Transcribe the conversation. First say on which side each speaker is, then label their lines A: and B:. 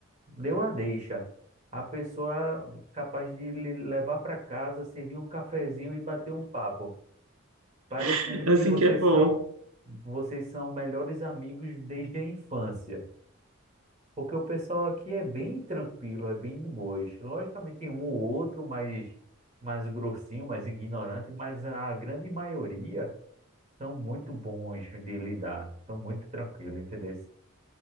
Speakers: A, on the right; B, on the right.
A: deu a deixa. A pessoa capaz de lhe levar para casa, servir um cafezinho e bater um papo, parecendo
B: <laughs>
A: que
B: assim
A: vocês
B: que é bom.
A: são vocês são melhores amigos desde a infância. Porque o pessoal aqui é bem tranquilo, é bem de boas. Logicamente tem um ou outro mais, mais grossinho, mais ignorante, mas a grande maioria são muito bons de lidar, são muito tranquilos, entendeu?